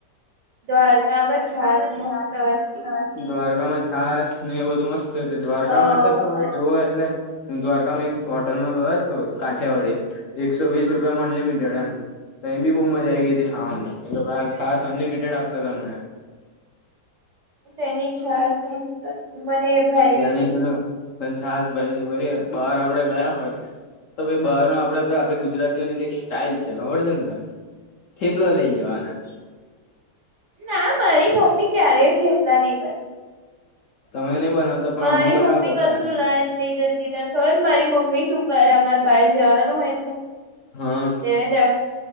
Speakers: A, on the right; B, on the left.
A: દ્વારકામાં
B: દ્વારકા
A: છાસ
B: મા <unintelligible>
A: મસ્ત હતી
B: દ્વારકામાં છાસ ને એ બધુ મસ્ત હોય છે દ્વારકામાં
A: બઉ
B: તો તમે
A: મસ્ત
B: જુઓ એટલે દ્વારકામાં એક ટલમાં ગયો તો કાંઠિયાવાડી એકસો વીસ રૂપિયામાં અનલિમિટેડ એમ અહી બી બહુ મજા આ આવી ગઈ હતી ખાવાની એ છાસ અનલિમિટેડ આપતા તમને
A: તેની મને ભાઈની
B: ત્યાં ન પે પણ છાસ ભાઈ પ બહાર આપડે ગયા હોય તોઈ બહાર ન આપડે તો આપડી ગુજરાતીઓની સ્ટાઈઇલ છે ખબર છે ને તને થઠેપલો લઇ જવાના
A: ના મારી મમ્મી ક્યારેય થેપલા નહી બને્ય
B: તમે નહી બનાવતા પણ
A: મારી
B: અમે બનાવતા
A: મમ્મી
B: હતા
A: કસું
B: એમ
A: લાયત નહી જય તને ખબર મારી મમ્મી શું કરે અમારે બહાર જવાનું હોય એટલે
B: હ.
A: દેવેન્દ્ર